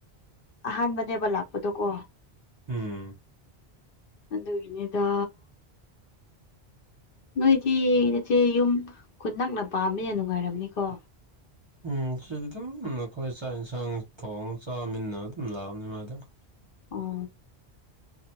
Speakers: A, on the left; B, on the right.
A: ꯑꯍꯥꯟꯕꯅꯦꯕ ꯂꯥꯛꯄꯗꯣ ꯀꯣ
B: ꯎꯝ
A: ꯑꯗꯨꯒꯤꯅꯤꯗꯥ ꯅꯣꯏꯗꯤ ꯅꯆꯦ ꯌꯨꯝ ꯈꯨꯟ ꯅꯛꯅ ꯄꯥꯝꯃꯦ ꯅꯨꯡꯉꯥꯏꯔꯝꯅꯤꯀꯣ
B: ꯎꯝ ꯁꯤꯗꯤ ꯑꯗꯨꯝ ꯑꯈꯣꯏ ꯆꯥꯛ ꯏꯟꯁꯥꯡ ꯊꯣꯡꯉ ꯆꯥꯃꯤꯟꯅꯔ ꯑꯗꯨꯝ ꯂꯥꯛꯑꯕꯅꯤ ꯃꯥꯗꯤ <inaudible>
A: ꯑꯣ